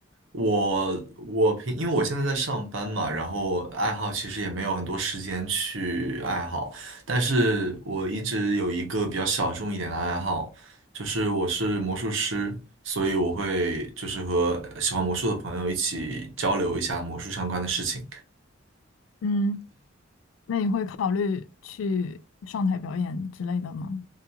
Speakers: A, on the right; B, on the left.
A: 我我平，因为我现在在上班嘛，然后爱好其实也没有很多时间去爱好，但是我一直有一个比较小众一点的爱好，就是我是魔术师，所以我会就是和喜欢魔术的朋友一起交流一下魔术相关的事情。
B: 嗯，那你会考虑去上台表演之类的吗？